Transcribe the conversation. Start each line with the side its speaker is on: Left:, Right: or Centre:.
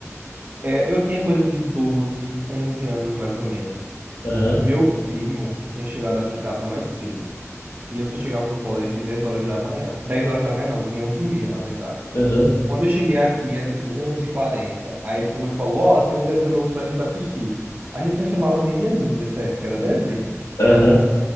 Right: É, eu tinha coisa de 12, 11 anos mais ou menos.
Left: Aham,
Right: Meu primo tinha chegado aqui em casa mais cedo. E eu só chegava no colégio de 10 horas da manhã. dez horas da manhã não, de 11 e meia, na verdade.
Left: aham,
Right: Quando eu cheguei aqui, era tipo onze e quarenta Aí ele pegou e falou, ó, tem um desenho novo pra gente assistir. A gente não chamava nem de anime nessa época, era desenho.
Left: aham.